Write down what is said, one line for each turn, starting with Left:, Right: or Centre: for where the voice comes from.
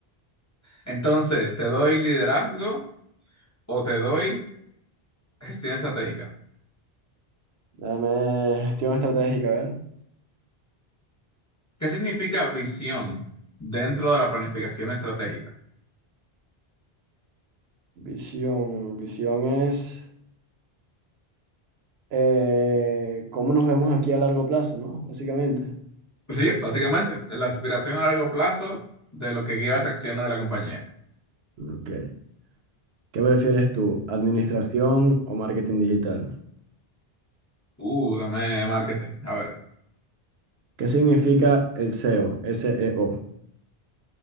Left: Entonces, ¿te doy liderazgo o te doy gestión estratégica?
Right: Dame gestión estratégica, a ver.
Left: ¿Qué significa visión dentro de la planificación estratégica?
Right: Visión. Visión es eh, cómo nos vemos aquí a largo plazo, ¿no? Básicamente.
Left: Sí, básicamente, la aspiración a largo plazo de lo que guía las acciones de la compañía.
Right: Ok. ¿Qué prefieres tú, administración o marketing digital?
Left: Uh, dame marketing. A ver,
Right: ¿Qué significa el SEO, SEO?